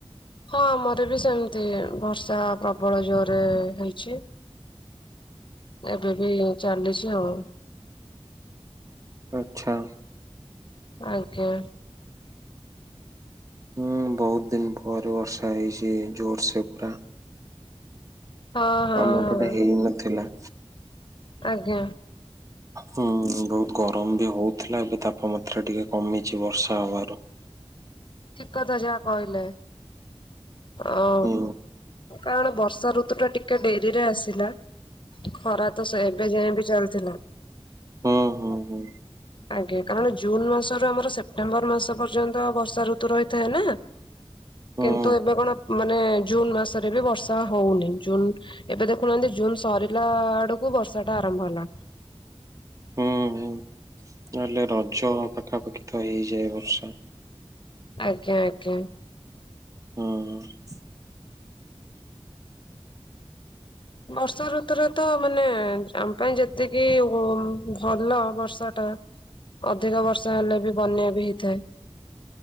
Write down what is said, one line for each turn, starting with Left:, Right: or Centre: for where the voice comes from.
Left: ହଁ ଆମର ବି ସେମିତି ବର୍ଷା ପ୍ରବଳ ଜୋରରେ ହେଇଚି ଏବେ ବି ଚାଲିଚି ଆଉ
Right: ଆଚ୍ଛା।
Left: ଆଜ୍ଞା।
Right: ହୁଁ ବହୁତ ଦିନ ପରେ ବର୍ଷା ହେଇଚି ଜୋର୍ ସେ ପୁରା।
Left: ହଁ ହଁ
Right: ଆମେ ଏପଟେ
Left: ହଁ।
Right: ହେଇନଥିଲା।
Left: ଆଜ୍ଞା।
Right: ହୁଁ ବହୁତ ଗରମ ବି ହଉଥିଲା ଏବେ ତାପମାତ୍ରା ଟିକେ କମିଚି ବର୍ଷା ହବାରୁ।
Left: ଠିକ୍ କଥା ଯାହା କହିଲେ ଅ
Right: ହୁଁ
Left: କାରଣ ବର୍ଷା ଋତୁ ଟା ଟିକେ ଡେରିରେ ଆସିଲା। ଖରା ତ ସେ ଏବେ ଯାଏ ବି ଚାଲିଥିଲା।
Right: ହୁଁ ହୁଁ ହୁଁ
Left: ଆଜ୍ଞା କାରଣ ଜୁନ୍ ମାସରୁ ଆମର ସେପ୍ଟେମ୍ବର ମାସ ପର୍ଯ୍ୟନ୍ତ ବର୍ଷା ଋତୁ ରହିଥାଏ ନା?
Right: ହୁଁ
Left: କିନ୍ତୁ ଏବେ କଣ ମାନେ ଜୁନ୍ ମାସରେ ବି ବର୍ଷା ହଉନେଇଁ। ଜୁନ ଏବେ ଦେଖୁନାହାନ୍ତି। ଜୁନ ସରିଲା ଆଡକୁ ବର୍ଷା ଟା ଆରମ୍ଭ ହେଲା।
Right: ହୁଁ ହୁଁ ନହେଲେ ରଜ ପାଖାପାଖି ତ ହେଇଯାଏ ବର୍ଷା।
Left: ଆଜ୍ଞା ଆଜ୍ଞା।
Right: ହୁଁ।
Left: ବର୍ଷା ଋତୁରେ ତ ମାନେ ଆମ ପାଇଁ ଯେତିକି ଓ ଭଲ ବର୍ଷା ଟା ଅଧିକ ବର୍ଷ ହେଲେ ବି ବନ୍ୟା ବି ହେଇଥାଏ।